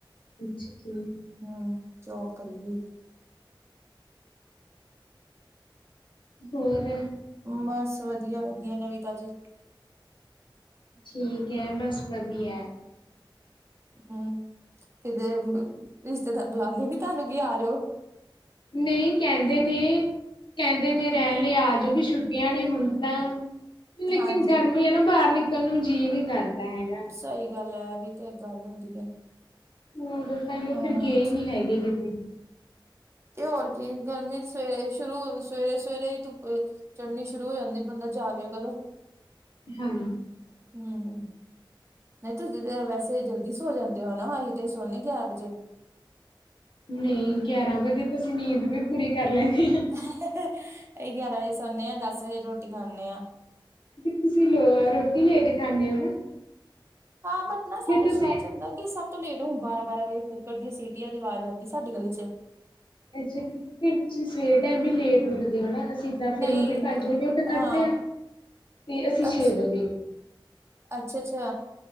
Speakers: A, on the left (about 70°); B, on the right (about 30°).
A: ਅੱਛਾ ਜੀ।
B: ਹਮ, ਜੋਬ ਕਰ ਕਰੀ ਦੀ।
A: ਹੋਰ?
B: ਬਸ ਵਧੀਆ-ਵਧੀਆ, ਨਵੀ ਤਾਜੀ?
A: ਠੀਕ ਹੈ, ਬਸ ਵਧੀਆ।
B: ਹਮ, ਕਿਤੇ, ਰਿਸ਼ਤੇਦਾਰ ਬੁਲਾਉਂਦੇ ਨੀ ਤੁਹਾਨੂੰ ਕੀ ਆਜੋ?
A: ਨਹੀਂ ਕਹਿੰਦੇ ਨੇ, ਕਹਿੰਦੇ ਨੇ ਰਹਿਣ ਲਈ ਆ ਜੋਓ, ਵੀ ਛੁੱਟੀਆਂ ਨੇ ਹੁਣ ਤਾਂ ਲੇਕਿਨ
B: ਹਾਂਜੀ
A: ਗਰਮੀ ਹੈ ਨਾ, ਬਾਹਰ ਨਿਕਲ ਨੂੰ ਜੀਅ ਨਹੀਂ ਕਰਦਾ ਹੈਗਾ।
B: ਸਹੀ ਗੱਲ ਹੈ ਵੀ। ਇਹੀ ਤੇ, ਗੱਲ ਹੁੰਦੀ ਹੈ।
A: ਹੋਰ, ਤਾਂ ਉਹ
B: ਹਾਂ
A: ਫਰ ਗਏ ਨਹੀਂ ਹੈਗੇ ਕਿਤੇ।
B: ਤੇ ਹੋਰ ਕੀ, ਗਰਮੀ ਸਵੇਰੇ ਸ਼ੁਰੂ, ਸਵੇਰੇ-ਸਵੇਰੇ ਹੀ ਧੁੱਪ ਚੜ੍ਹਨੀ ਸ਼ੁਰੂ ਹੋ ਜਾਂਦੀ ਬੰਦਾ ਜਾਵੇ ਕਦੋਂ।
A: ਹੂ।
B: ਹੂ। ਨਹੀਂ ਤੁਸੀਂ ਤਾਂ ਵੈਸੇ ਜਲਦੀ ਸੋ ਜਾਂਦੇ ਹੋ ਨਾ ਅਸੀਂ ਤੇ ਸੋਨੇ ਗਿਆ ਵੱਜੇ।
A: ਨਹੀਂ ਗਿਆਰਾਂ ਵਜੇ ਤੁਸੀ ਅਸੀਂ ਨੀਂਦ ਵੀ ਪੂਰੀ ਕਰ ਲੈਂਦੇ ਆ।
B: ਏਹ ਏਹ -ਗਿਆਰਾਂ ਵੱਜੇ ਸੌਣੇ ਆਂ ਦੱਸ ਵਜੇ ਰੋਟੀ ਖਾਂਣੇ ਹਾਂ।
A: ਤੁਸੀਂ ਰੋਟੀ ਲੇਟ ਖਾਂਦੇ ਹੋ ਨਾ।
B: ਹਾਂ ਬਟ ਨਾ ਸਾਡੇ
A: ਫਿਰ ਤੁਸੀਂ
B: ਸ਼ਹਿਰ ਚ ਹੁੰਦਾ ਕਿ ਸਤ ਤੋਂ ਲੇਟ ਹੁਣ ਬਾਰਾਂ -ਬਾਰਾਂ ਵਜੇ ਕੁੱਕਰ ਦੀਆਂ ਸੀਟੀਆਂ ਦੀ ਆਵਾਜ਼ ਆਂਦੀ ਸਾਡੀ ਗਲੀ ਚ।
A: ਅੱਛਾ। ਠੀਕ ਫੇਰ ਤੁਸੀਂ ਸਵੇਰ ਟਾਈਮ ਵੀ ਲੇਟ ਉੱਠਦੇ ਹੋ ਨਾ ਅਸੀਂ ਤਾਂ ਫਿਰ
B: ਨਹੀਂ
A: ਮੰਮੀ ਪੰਜ ਵਜੇ ਉੱਠਣਾ
B: ਹਾਂ
A: ਲਗਦੇ ਆ ਤੇ ਅਸੀਂ
B: ਅੱਛ
A: ਛੇ ਵੱਜੇ।
B: ਅੱਛਾ- ਅੱਛਾ